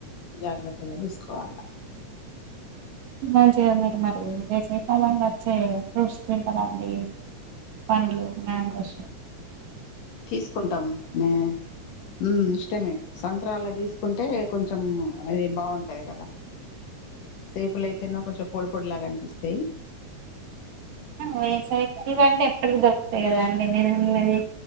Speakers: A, on the left; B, on the right.
A: జాగ్రత్తగా చూసుకోవాలా
B: ఇ మంచిగా మీరు మరి వేసవి కాలంలో వచ్చే ఫ్రూట్స్ తింటారా అండి పండ్లు <unintelligible> మ వసం
A: తీసుకుంటాం మే ఉ ఇష్టమే సంత్రాాల తీసుకుంటే కొంచెం అది బాగుంటది కదా సేపులైతేను కొంచం పొడి పొడి లాగనిపిస్తయి
B: వేసవి ఇవంటే ఎప్పటికి దొరుకుతాయి కదా అండి నేను ఇక మరి